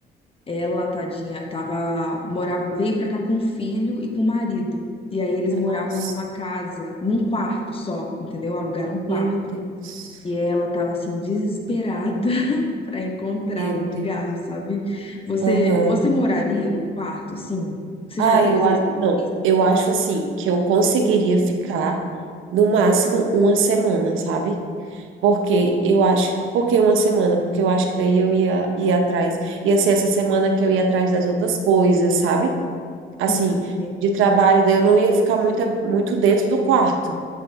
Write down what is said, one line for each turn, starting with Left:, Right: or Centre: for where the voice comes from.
Left: Ela, tadinha, tava, morava, veio pra cá com o filho e com o marido. E aí eles moravam
Right: Nossa,
Left: numa casa, num quarto só, entendeu? Alugaram um quarto.
Right: meu Deus.
Left: E ela tava assim, desesperada para encontrar
Right: Meu
Left: um
Right: Deus.
Left: lugar, sabe? Você,
Right: Aham.
Left: você moraria num quarto, assim? Você
Right: Ah,
Left: já teve
Right: eu,
Left: essa
Right: a-
Left: experiência?
Right: não, eu acho assim que eu conseguiria ficar no máximo uma semana, sabe? Porque eu acho que, porque uma semana, porque eu acho que daí eu ia ia atrás. Ia ser essa semana que eu ia atrás das outras coisas, sabe? Assim,
Left: Sim, sim.
Right: de trabalho, daí eu não ia ficar muito, muito dentro do quarto.